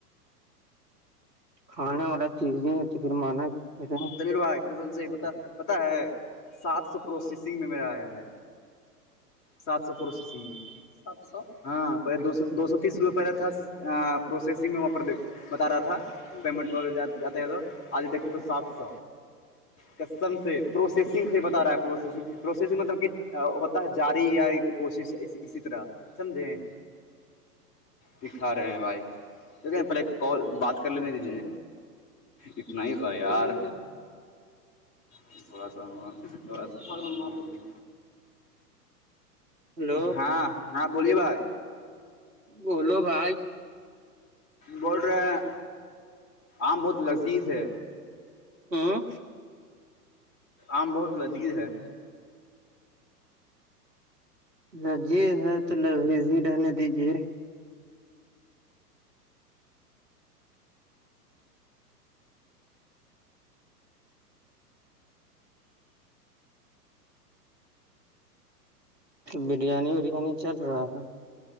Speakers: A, on the right (about 80°); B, on the left (about 25°).
A: کھانے والا چیز ہی پھر مانا ہلو
B: تل بھائی قسم صحی پتا ہے سات سو پروسیسنگ میں میرا آیا ہے سات سو پوسو س سات سو ہاں پہلے دو سو دو سو تیس روپے پہلاے تھا پروسیسنگ میں وہاں پر بتا رہا تھا پمٹ جات آج دے تو صاف کسٹم سے پروسیسنگ سے بتا رہا ہے پروسیسنگ پروسیسنگ مطلب کہ ہوتا ہے جاری یا کوشش اسی طرح سمجھے دکھا رہے ہیں بھائی دیکھ پہلے کال بات کر لین دیجی اتنا ہی تھا یار بس اورا سفار میں معلی
A: ہلو
B: ہاں ہاں بولیے بھائی
A: بولو بھائی
B: بول رہے ہیں آم بہت لذیذ ہے
A: ہاں
B: آم بہت لذیذ ہے
A: لذیذ ہے تو لیذ ہی رہنے دیجیے بریانی اریانی چل رہا ہے